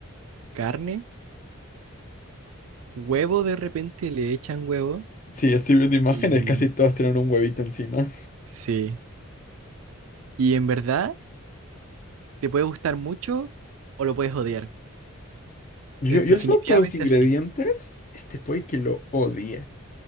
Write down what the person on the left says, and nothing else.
Sí, estoy viendo imágenes,
casi todas tienen un huevito encima.
Yo,
yo
solo por los ingredientes,
este puede que lo odie.